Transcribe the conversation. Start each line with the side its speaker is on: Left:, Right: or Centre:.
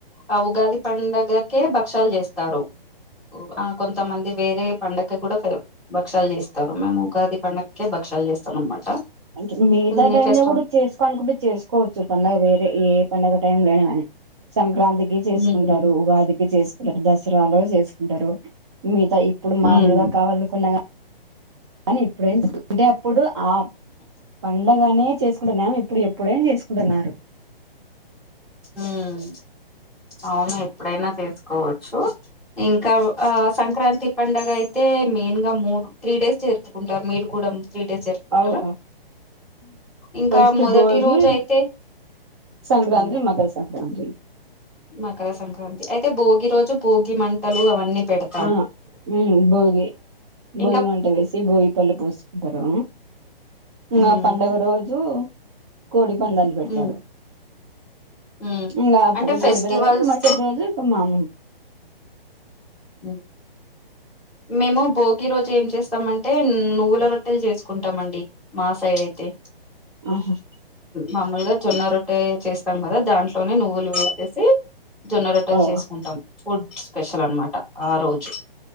Centre: ఆ ఉగాది పండగకే భక్ష్యాలు చేస్తారు ఆ కొంతమంది వేరే పండగకి కూడా ఫేవ భక్ష్యాలు చేస్తారు మేము ఉగాది పండగకే భక్ష్యాలు చేస్తాం అనమాట
Right: అంటే మి మిగితా
Centre: కొన్ని
Right: టైమ్
Centre: ఫెస్టివల్
Right: లో కూడా చేసుకో అనుకుంటే చేసుకోవచ్చు పంండగ వేరే ఏ పండుగ టైమ్లో అయినా కానీ సంక్రాంతి చేసుకుంటారు
Centre: ఉమ్
Right: ఉగాదికి చేసుకు దసరాలో చేసుకుంటారు మిగతా ఇప్పుడు మామూలుగా
Centre: ఉమ్
Right: కావాలనుకున్నా కానీ ఇప్పుడేంటే అప్పుడు ఆ పండగనే చేసుకుంటా మేము ఇప్పుడు ఇప్పుడేం చేసుకుంటున్నారు
Centre: హ్మ్ అవును ఎప్పుడైనా చేసుకోవచ్చు ఇంకా ఆ సంక్రాంతి పండుగ అయితే మెయిన్ గా మూడు త్రీ డేస్ జరుపుకుంటారు మీరు కూడ త్రీ డేస్ జరుపుకుంటారా
Right: అవు
Centre: ఇంకా
Right: ఫస్ట్
Centre: మొదటి
Right: భోగి
Centre: రోజు అయితే
Right: సంక్రాంతి
Centre: ఉమ్
Right: మకర సంక్రాంతి
Centre: మకర సంక్రాంతి అయితే భోగి రోజు భోగి మంటలు అవన్నీ పెడతా
Right: ఆ ఉమ్మ్ భోగి భోగి
Centre: ఇంకా
Right: మంట వేసి భోగిపళ్ళు పోసి కుంటారు ఇంకా
Centre: ఉమ్
Right: ఆ పండుగ రోజు కోడి పందాలు పెడతారు
Centre: ఉమ్ ఉమ్
Right: ఇంకా
Centre: అంటే ఫెస్టివల్స్
Right: గోడి పందాలు పెడతరు మరుసటి రోజు మామూలు
Centre: ఉమ్మ్ మేము భోగి రోజు ఏం చేస్తామంటే నువ్వుల రొట్టెలు చేసుకుంటం అండి మా సైడ్ అయితే
Right: ఆహా
Centre: మాముూలుగా జొన్న రొట్టె చేస్తాం కదా దాంట్లోనే నువ్వులు వేసేసి జొన్న రొట్టలు
Right: ఓ
Centre: చేసుకుంటాం ఫుడ్ స్పెషల్ అనమాట ఆ రోజు